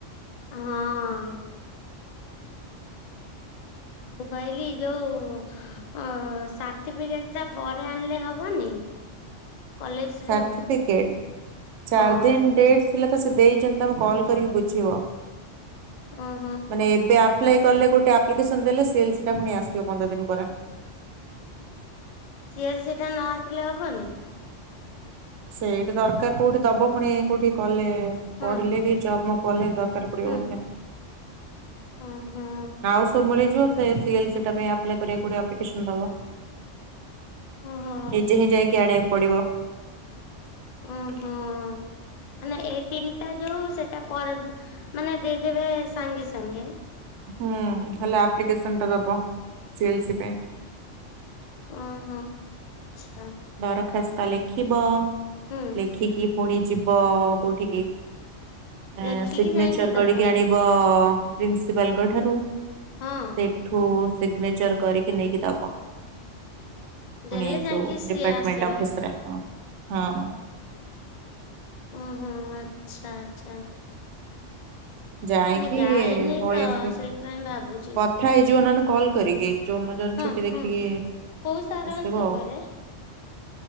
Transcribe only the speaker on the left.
ହଁ। ମୁଁ କଇଲି ଯୋଉ ଅ, ସାଠିପିକେଟ୍ ଟା ପରେ ଆଣିଲେ ହବନି? କଲେଜରେ
ଆଉ
ହଁ
ଓହୋ
ଆଚ୍ଛା
ସି ଏଲ୍ ସି ଟା ନ ଆସିଲେ ହବନି?
ହଁ
ହୁଁ
ଓହୋ
ଓହୋ
ଓହୋ। ମାନେ ଏଇ ତିନ୍ ଟା ଯୋଉ ସେଟା ପରେ ମାନେ ଦେଇଦେବେ ସାଙ୍ଗେ ସାଙ୍ଗେ।
ଓହୋ ଆଚ୍ଛା।
ହୁଁ
ଲେଖିକି
ଯାଇକି ଦବ
ହଁ
ଦେଲେ
ଯାଇକି
ସିଏ ଆସିବ
ଓହୋ ଆଚ୍ଛା ଆଛା।
ଯାଇନି
ତ
ସେଇଥିପାଇଁ ଭାବୁଛି
ହଁ
ହଁ କୋଉ ସାରଙ୍କ
ସାଙ୍ଗରେ?